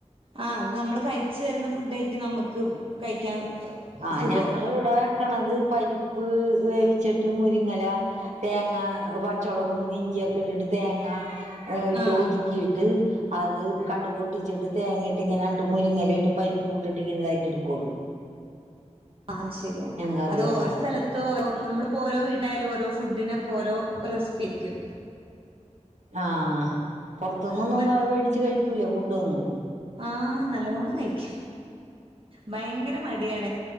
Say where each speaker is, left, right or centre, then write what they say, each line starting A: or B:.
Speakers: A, on the right (about 45°); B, on the right (about 75°).
A: ആഹ് അത് നമ്മള് കഴിച്ച് വരുന്ന ഫുഡ് ആയിരിക്കും നമ്മക്ക് കഴിക്കാൻ
B: ആഹ്
A: സുഖം.
B: ഞങ്ങൾ ഇവിടെ വെക്കണത് പരിപ്പ് വേവിച്ചിട്ട് മുരിങ്ങല തേങ്ങ പച്ചമുളകും ഇഞ്ചിയൊക്കെ ഇട്ടിട്ട് തേങ്ങ ഇട്ട്
A: ആഹ്
B: ഒതുക്കിയിട്ട് അത് കടുക്പൊട്ടിച്ചിട്ട് തേങ്ങയിട്ട് ഇങ്ങനെ രണ്ട് മുരിങ്ങേല ഇ പരിപ്പു വിട്ടിട്ട് ഇങ്ങനെ ഇതായിട്ട് എടുക്കുള്ളു
A: ആഹ് ശരിയാ
B: കറി
A: അത്
B: വെക്കണ
A: ഓരോ സ്ഥലത്തും ഓ നമ്മളിപ്പോ ഓരോ വീ ട്ടിലായാലും ഓരോ ഫുഡിനൊക്കെ ഓരോ റെസിപ്പി ആരിക്കും
B: ആഹ് പുറത്തൂന്നൊന്നും
A: ഇപ്പൊ
B: മേടിച്ച് കഴിക്കൂലേ ഫുഡ് ഒന്നും
A: ആഹ് നല്ലോണം കഴിക്കും ഭയങ്കര മടിയാണ്